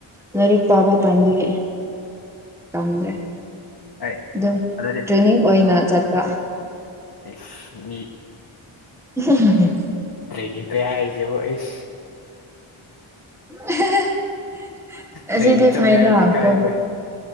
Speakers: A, in the centre; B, on the left.
A: ꯂꯥꯏꯔꯤꯛ ꯄꯥꯕ ꯇꯟꯕꯒꯤ ꯇꯝꯗ꯭ꯔꯦ
B: ꯑꯩ
A: ꯑꯗꯨꯝ
B: ꯑꯗꯨꯗꯤ
A: ꯇ꯭ꯔꯦꯅꯤꯡ ꯑꯣꯏꯅ ꯆꯠꯄ
B: ꯑꯦꯁ ꯃꯤ
A: <unintelligible>
B: ꯇ꯭ꯔꯦꯟꯅꯤꯡꯇꯔꯦ ꯍꯥꯏꯁꯤꯕꯨ ꯑꯩꯁ
A: <unintelligible> ꯑꯁꯤꯗꯤ
B: ꯇ꯭ꯔꯦꯅꯤꯡ ꯆꯠꯂꯦ
A: ꯐꯥꯏꯅ
B: ꯍꯥꯏꯕꯗꯤ ꯏꯀꯥꯏꯕꯩ
A: ꯀꯣꯟ